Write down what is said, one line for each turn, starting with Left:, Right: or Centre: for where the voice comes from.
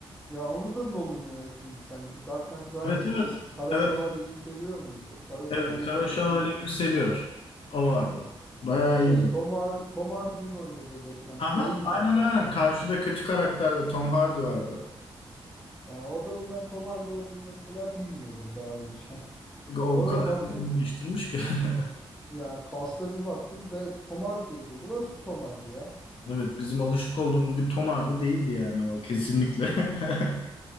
Centre: Ya onu da Nolan yönettiydi sanki. Dark Knight Rises'ı.
Left: Evet evet.
Centre: Kara
Left: Evet
Centre: Şövalye yükseliyor muydu? Kara Şövalye
Left: Evet, Kara
Centre: serisini
Left: Şövalye
Centre: mi?
Left: yükseliyor. O vardı. Bayağı
Centre: Şey
Left: iyiydi.
Centre: Tom, Har- Tom Hardy'nin oynadığı Batman.
Left: Aha,
Centre: Bane
Left: aynen
Centre: vardı.
Left: aynen.
Centre: adı.
Left: Karşıda kötü karakterde Tom Hardy vardı.
Centre: Ya o adamın ben Tom Hardy olduğunu mesela bilmiyordum daha önce. <laughs>
Left: O
Centre: Sonra
Left: kadar
Centre: baktım
Left: yüzünü değiştirmiş ki. <laughs>
Centre: ya cast'a bir baktım ve Tom Hardy yazıyor. Bu nasıl Tom Hardy ya?
Left: Evet, bizim alışık olduğumuz bir Tom Hardy değildi yani o kesinlikle. <laughs>